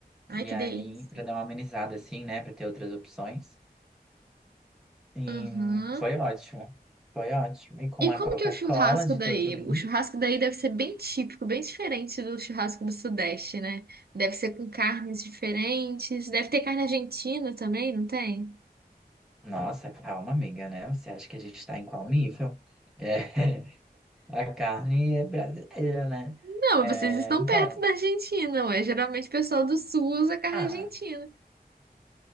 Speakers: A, on the right; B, in the centre.
A: Ai,
B: E
A: que
B: aí,
A: delícia.
B: pra dar uma amenizada assim, né? Pra ter outras opções. E
A: Aham.
B: foi ótimo. Foi ótimo. E com
A: E
B: a
A: como
B: Coca-Cola
A: que é o churrasco
B: de
A: daí?
B: todo domingo.
A: O churrasco daí deve ser bem típico, bem diferente do churrasco do Sudeste, né? Deve ser com carnes diferentes. Deve ter carne argentina também, não tem?
B: Nossa, calma, amiga, né? Você acha que a gente tá em qual nível? É, <laughs> a carne é brasileira, né?
A: Não,
B: É,
A: vocês estão
B: então,
A: perto da Argentina, ué. Geralmente o pessoal do sul usa carne
B: ah,
A: argentina.